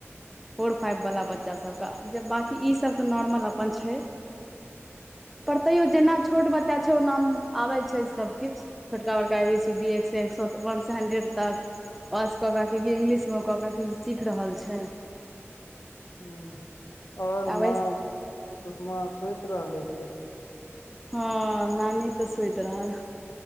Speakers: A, in the centre; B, on the left.
A: फोर फाइब वला बच्चा सबके जब बाँकी इसब तऽ नॉर्मल अपन छै पर तैयो जेना छोट बच्चा छै ओना आबै छै सबकिछ छोटका बड़का ए बी सी डी एकसँ एक सए वनसँ हंड्रेड तक। ओसँ कऽ कऽ क इंग्लिशमे कऽ कऽ क सीख रहल छै,
B: हूँ आओर
A: आबै
B: मा मास सुति रहलै की
A: हँ नानी तऽ सुति रहल।